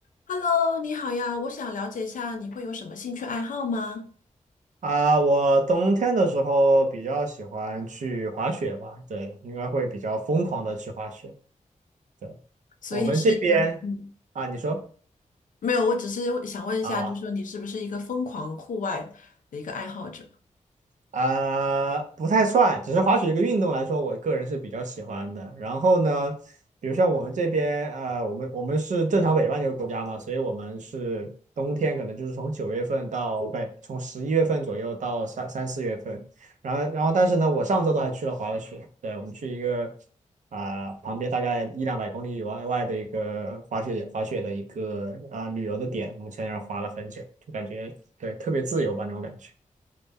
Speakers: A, on the left; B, on the right.
A: Hello，你好呀，我想了解一下你会有什么兴趣爱好吗？
B: 啊，我冬天的时候比较喜欢去滑雪吧，对，应该会比较疯狂的去滑雪。对，
A: 所以是一个，
B: 我们这边啊，
A: 嗯，
B: 你说
A: 没有，我只是想问一下，
B: 啊。
A: 就是说你是不是一个疯狂户外的一个爱好者？
B: 啊、不太算，只是滑雪这个运动来说，我个人是比较喜欢的。然后呢，比如像我们这边，呃，我们我们是正常北半球国家嘛，所以我们是冬天可能就是从九月份到不对，从十一月份左右到三三四月份。然后然后但是呢，我上周都还去了滑了雪，对，我们去一个啊、旁边大概一两百公里以外外的一个滑雪滑雪的一个啊、旅游的点，我们在那儿滑了很久，就感觉对特别自由吧那种感觉。